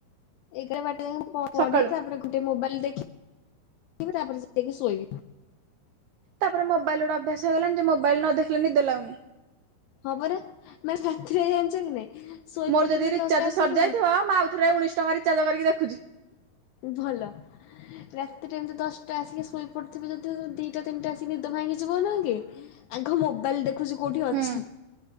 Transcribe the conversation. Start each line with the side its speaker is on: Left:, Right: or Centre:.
Left: ଏଗାର ବାରଟା ଯାକେଁ ମୁଁ ପ ପଢିକି,
Right: ସକାଳୁ।
Left: ତା ପରେ ଘ ଉଁ ଟି ମୋବାଇଲ ଦେଖି ଇବି ତାପରେ ଯାଇକି ଶୋଇବି।
Right: ତାପରେ ମୋବାଇଲ ରେ ଗୋଟେ ଅଭ୍ୟାସ ହେଇ ଗଲାଣି ଯେ ମୋବାଇଲ ନ ଦେଖିଲେ ନିଦ ଲାଗୁନି।
Left: ହଁ ପରା ମାନେ ସାଥିରେ ଜାଣିଚ କି ନାଇଁ। ଶୋଇ
Right: ମୋର
Left: ପଡିଥିବି
Right: ଯଦି ରିଚାର୍ଜ
Left: ଦଶଟା ଆସିକି
Right: ସରି ଯାଇଥିବ।
Left: ନା
Right: ମୁଁ ଆଉଥରେ ଉଣେଇଶ ଟଙ୍କା ରିଚାର୍ଜ କରିକି ଦେଖୁଜି।
Left: ଭଲ। ରାତିରେ ଏମିତି ଦଶଟା ଆସିକି ଶୋଇ ପଡିଥିବୁ ଯଦି ଉ ଦିଟା ତିନଟା ଆସିକି ନିଦ ଭାଙ୍ଗିଯିବ ନାହିଁ କି। ଆଁଘ ମୋବାଇଲ ଦେଖୁଜୁ। କୋଉଠି ଅଛି
Right: ହୁଁ